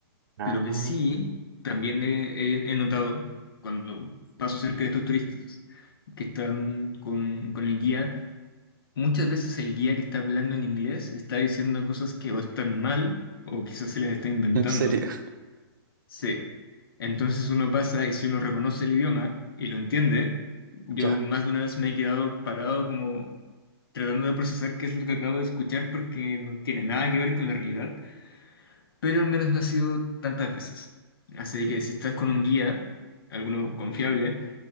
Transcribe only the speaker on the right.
ah.
¿En serio?
Ya.